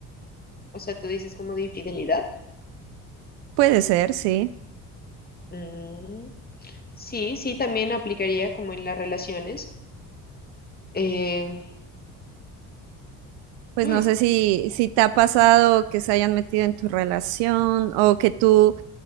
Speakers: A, on the left (about 20°); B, on the right (about 75°).
A: O sea, tú dices como de infidelidad.
B: Puede ser, sí.
A: Mm, Sí, sí, también aplicaría como en las relaciones. Eh,
B: Pues
A: ah,
B: no sé si, si te ha pasado que se hayan metido en tu relación o que tú